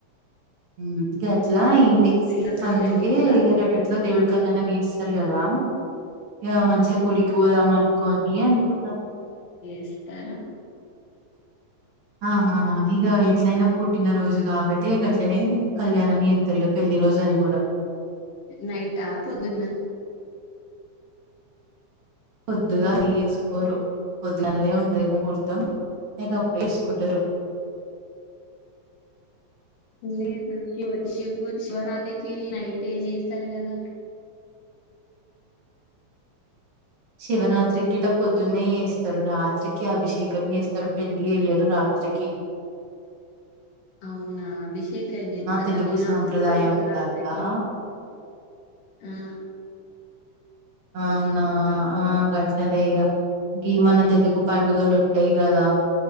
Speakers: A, on the right; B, on the left.
A: హ్మ్ గట్ల ఇ
B: సీతతో
A: అందుకే
B: పెళ్లి కదా
A: ఇగ రేపెట్లో దేవుడి కల్యాణం మేస్తారు కదా ఇ మంచిగా గుడి పోదాం అనుకోని అనుకున్నాం
B: ఇస్తారా
A: ఆహా ఇక ఎట్లయినా పుట్టిన రోజు కాబట్టి ఇగ గట్లనే కళ్యాణం ఎత్తారు ఇగ పెళ్లి రోజు అని కూడా
B: నైటా పోద్దున్నా
A: పొద్దుగా అది ఎసుకోరు పొద్దుగాల్నే ఉంటది ముహూర్తం ఇగ గప్పుడే ఏసుకుంటరు
B: లేదు శివ శివ్ శివరాత్రికి నైటే చేస్తారు కదా
A: శివరాత్రి గిట పొద్దున్నే చేస్తారు రాత్రికి అభిషేక్ కం చేస్తారు పెళ్లి చెయ్యరు రా త్రికి
B: అవునా బిష్ అభిషేక్ చేస్తారా
A: తెలుగు
B: నేను
A: సాంప్రదాయంలల్లా
B: అప్పుడు శివరాత్రికి ఆ
A: అవునాట్లనే ఇక ఇ మన తెలుగు పండుగలు ఉ అయి కదా